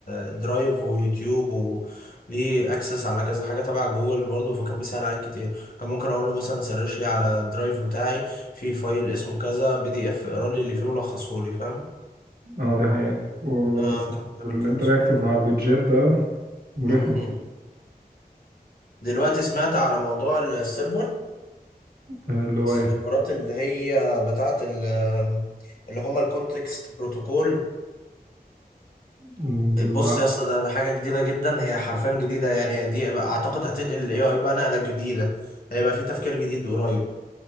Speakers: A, on the left; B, on the right.
A: الدرايف ويوتيوب وليه اكسس على كذا حاجه تبع جوجل برضو فكان بيسهل عليك كتير كان ممكن اقول له مثلا سرش لي على الدرايف بتاعي في فايل اسمه كذا بي دي اف اقرا لي اللي فيه ولخصه لي فاهم
B: أه دي حقيقة وبس
A: اه كان بيعمل
B: اللي
A: كده
B: أنت
A: بسهوله
B: رياكتيف مع البيتجات ده مريح
A: امم دلوقتي سمعت على موضوع السيرفر
B: آه، اللي هو
A: السيرفرات
B: إيه
A: اللي هي بتاعه ال- اللي هم الكونتكست بروتوكول
B: مم،
A: بص
B: لا
A: يا اسطى ده ده حاجه جديده جدا هي حرفيا جديده يعني دي اعتقد هتنقل الاي اي بقى نقله جديده هيبقى في تفكير جديد قريب